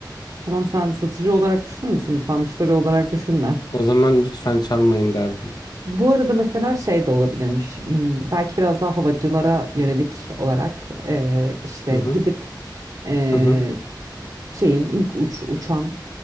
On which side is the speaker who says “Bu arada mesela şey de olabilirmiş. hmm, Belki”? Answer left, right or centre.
Right